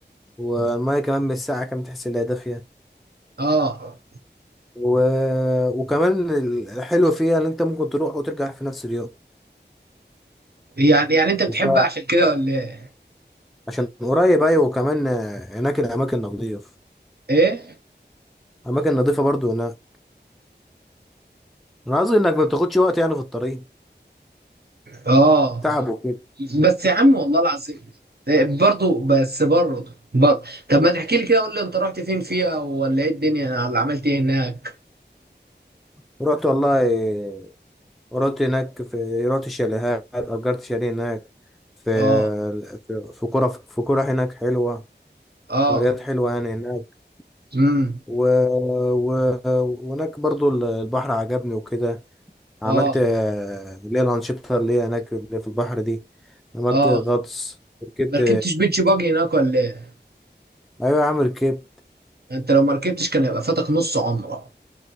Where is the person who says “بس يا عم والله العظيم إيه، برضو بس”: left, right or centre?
Right